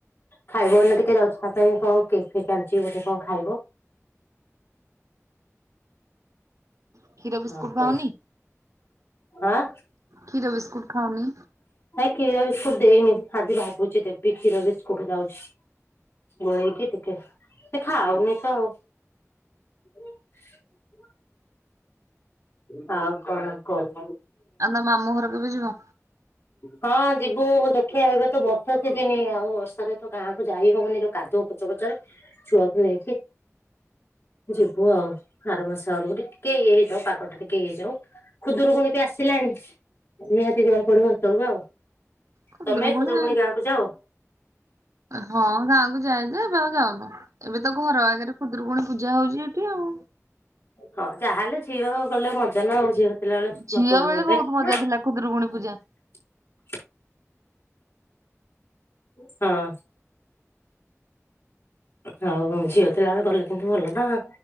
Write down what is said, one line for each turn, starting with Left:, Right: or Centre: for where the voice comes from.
Left: ଖାଇବ ଲେ ଟିକେ ଯାଉଛି ତା ପାଇଁ କଣ କେକ୍ ଫେକ୍ ଆଣୁଚି ଟେ ଗୋଟେ କଣ ଖାଇବ।
Right: କ୍ଷୀର ବିସ୍କୁଟ
Left: ଆଉ କଣ
Right: ଖାଉନି?
Left: ଆଁ।
Right: କ୍ଷୀର ବିସ୍କୁଟ୍ ଖାଉନି?
Left: କିର ବିସ୍କୁଟ ଦେଇନି ହାଦି ଭାବୁଛି ଦେବେ କ୍ଷୀର ବିସ୍କୁଟ୍ ଯାଉଛି। ଗୋଳେଇକି ଟିକେ ସେ ଖାଉଁନିତ ଆଉ। <unintelligible> ହଁ କଣ କଲ୍।
Right: ଆମ ମାମୁଁ ଘରକୁ କେବେ ଯିବ।
Left: ହଁ ଯିବୁ ଦେଖିବାଆ ଏବେ ତ ବର୍ଷା ସିଯିନି ଆଉ ବର୍ଷାରେ ତ ଗାଁକୁ ଯାଇ ହବନି ଯୋଉ କାଦୁଅ ପଚପଚ ତାର ଛୁଆକୁ ନେଇକି। ଯିବୁ ଆଉ ଆର ମାସ ଆରକୁ ଟିକେ ଇଏ ହେଇ ଥାଉ ପା ଆଟ ଟିକେ ହେଇଯାଉ ଖୁଦରୁକୁଣୀ ପି ଆସିଲାଣି ନିହାତି ଜିବାକୁ ପଡିବ ହେତ ବଳକୁ ଆଉ।
Right: ଖୁଦୁରୁକୁଣୀ
Left: ତମେ ଖୁଦୁରକୁଣୀ ଗାଁ କୁ ଯାଉ?
Right: ହଁ ଗାଁକୁ ଯାଇ ଯେ ଏବେ ଆଉ ଯାଉନୁ ଏବେ ତ ଘର ଆଗରେ ଖୁଦୁରୁକୁଣୀ ପୂଜା ହଉଛି ଏଠି ଆଉ।
Left: ହଁ ଯାହାହେଲେ ଝିଅ ଗଲେ ମଜା ନା ଆଉ ଜିଅ ଥିଲା ବେଳେ
Right: ଝିଅ
Left: ବାପଘରକୁ
Right: ବେଳେ
Left: ଗଲେ
Right: ବହୁତ ମଜା ଥିଲା ଖୁଦୁରୁକୁଣୀ ପୂଜା
Left: <inaudible> ହଁ। ହଉ ଝିଅ ଥିଲାବେଳେ ଗଲେତ ଭଲ ନା ଆଉ